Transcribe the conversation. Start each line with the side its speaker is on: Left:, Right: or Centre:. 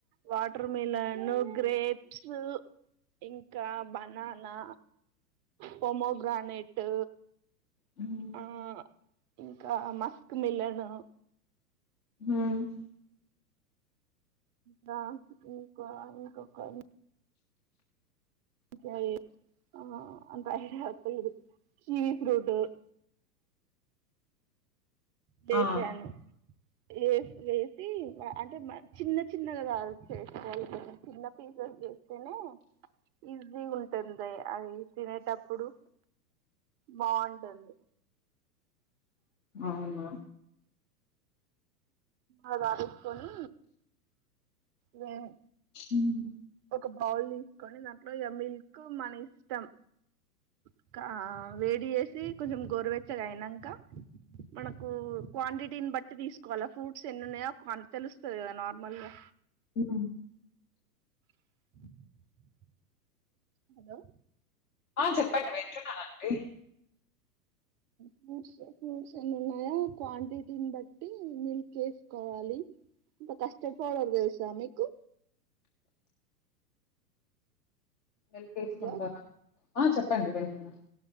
Right: water melon, grapes ఇంకా బనానా, పోమోగ్రానేట్.
Left: హ్మ్
Right: ఆహ్ ఇంకా మాస్క్ మిలన్.
Left: ఉమ్
Right: రా ఇంకా ఇంకోకరు. కాయి ఆహ్ అంత ఐడియా లేదు షి ఇస్ డు డేర్. దేశీయను.
Left: ఆ
Right: ఏసి వేసి. అంటే మా చిన్న. చిన్నగాగాదు చేసుకోవాల్సింది చిన్న పీసెస్ చేస్తేనే ఈజీగా ఉంటుంది అది తినేటప్పుడు బాగుంటుంది.
Left: అవును
Right: అది అరేసుకొని వేన్
Left: హ్మ్.
Right: ఒక బౌల్ తీసుకొని దాంట్లో ఇగ మిల్క్ మన ఇష్టం ఇంకా వేడి చేసి కొంచెం గోరవెచ్చగా అయినాంక మనకు క్వాంటిటీని బట్టి తీసుకోవాలా ఫ్రూట్స్ ఎన్ని ఉన్నాయో తెలుస్తది కదా నార్మల్గా.
Left: హ్మ్.
Right: ఉమ్ హలో
Left: ఆహ్ చెప్పండి వింటున్నానండి.
Right: ఫ్రూట్స్ ఫ్రూట్స్ ఏనున్నాయో క్వాంటిటీని బట్టి మిల్క్ వేసుకోవాలి ఇంకా కస్టర్డ్ పౌడర్ తెలుసా మీకు.
Left: వెళ్ళుకెసుకుంటారా.
Right: హలో
Left: ఆ చెప్పండి వింటున్నా